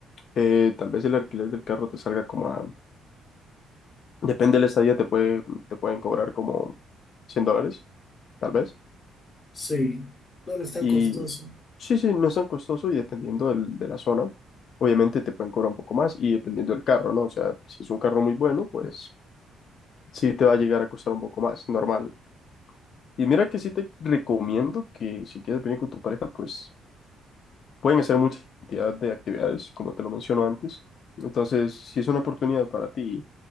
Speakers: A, on the left; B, on the left.
A: Eh, tal vez el alquiler del carro te salga como a, depende de la estadía, te puede, te pueden cobrar como 100 dólares, tal vez.
B: Sí, no, no es tan
A: Y
B: costoso.
A: sí, sí, no es tan costoso y dependiendo del- de la zona, obviamente te pueden cobrar un poco más y dependiendo del carro, ¿no? O sea, si es un carro muy bueno, pues sí te va a llegar a costar un poco más, normal. Y mira que sí te recomiendo que si quieres venir con tu pareja, pues Pueden hacer mucha cantidad de actividades, como te lo menciono antes. Entonces, si es una oportunidad para ti,